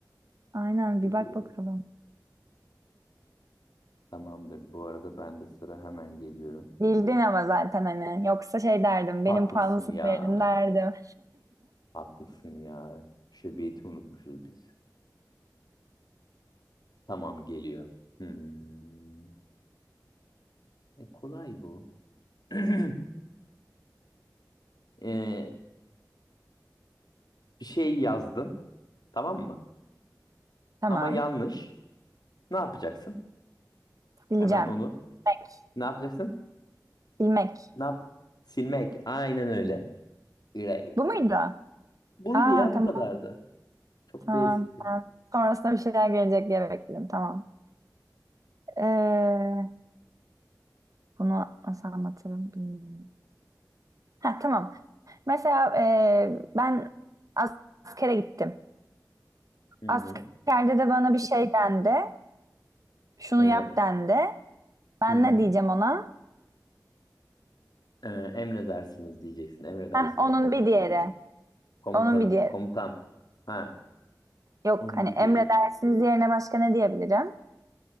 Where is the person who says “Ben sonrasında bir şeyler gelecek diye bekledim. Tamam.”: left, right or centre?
Right